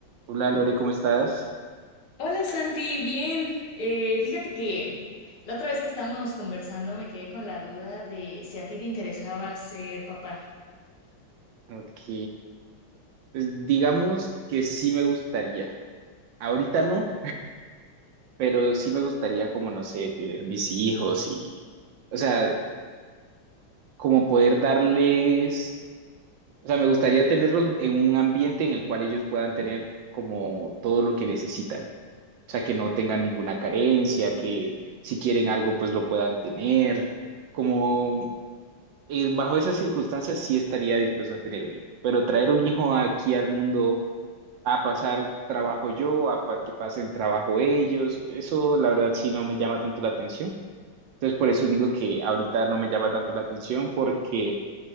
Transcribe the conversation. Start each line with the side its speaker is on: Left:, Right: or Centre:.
Right: Hola Lore, ¿cómo estás?
Left: Hola Santi, bien. Eh, fíjate que la otra vez que estábamos conversando me quedé con la duda de si a ti te interesaba ser papá.
Right: Ok, pues digamos que sí me gustaría. Ahorita no, pero sí me gustaría como, no sé, tener mis hijos y, o sea, como poder darles, o sea, me gustaría tenerlos en un ambiente en el cual ellos puedan tener como todo lo que necesitan. O sea, que no tengan ninguna carencia, que si quieren algo, pues lo puedan tener. Como eh, bajo esas circunstancias sí estaría dispuesto a tener un hijo, pero traer un hijo aquí al mundo a pasar trabajo yo, a pa- que pasen trabajo ellos. Eso la verdad sí no me llama tanto la atención. Entonces por eso digo que ahorita no me llama tanto la atención porque